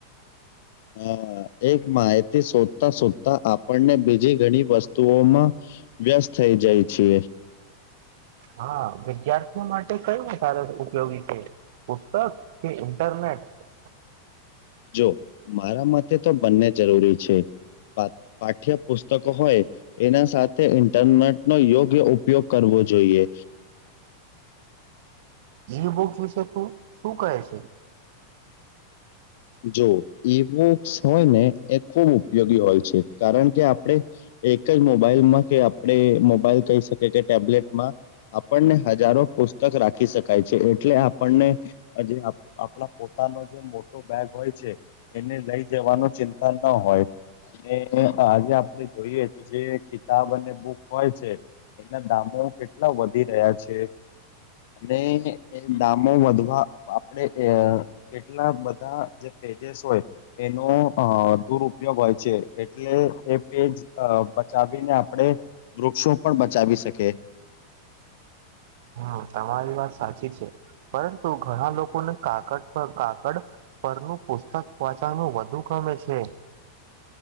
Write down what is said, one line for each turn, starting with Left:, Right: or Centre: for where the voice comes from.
Left: હ એક માહિતી શોધતા શોધતા આપણને બીજી ઘણી વસ્તુઓમાં વ્યસ્ત થઈ જાય છે.
Right: હા વિદ્યાર્થીઓ માટે કયું વધારે ઉપયોગી છે પુસ્તક કે ઇન્ટરનેટ
Left: જો મારા મ તો બંને જરૂરી છે પાઠ્ય પુસ્તક હોય એના સાથે ઇન્ટરનેટ નો યોગ્ય ઉપયોગ કરવો જોઈએ
Right: જ બુક વિશે તું શું કહે છે
Left: જો ઈ બુક્સ હોય ને એ ખૂબ ઉપયોગી હોય છે કારણ કે આપણેે એક જ મોબાઈલમાં કે આપણે મોબાઈલ કહી શકીએ કે ટેબલેટમાં આપણને હજારો પુસ્તક રાખી શકાય છે એટલે આપણને જે આપણા પોતાનો જે મોટો બેગ હોય છે એને લઈ જવાનો ચિંતા ન હોય અને આજે આપડે જોઈએ તો જે કિતાબ અને બુક હોય છે એના દામો કેટલા વધી રહ્યા છે અને એ દામો વધવા આપડે કેટલા જે પેજસ હોય એનો અ દુરપયોગ હોય છે એટલે એ પેજ બચાવીને આપણેે વૃક્ષો પણ બચાવી શકે
Right: હમ તમારી વાત સાચી છે પરંતુ ઘણા લોકોને કાાગડ કાગડ પરનું પુસ્તક વાંચાનું વધુ ગમે છે <inaudible>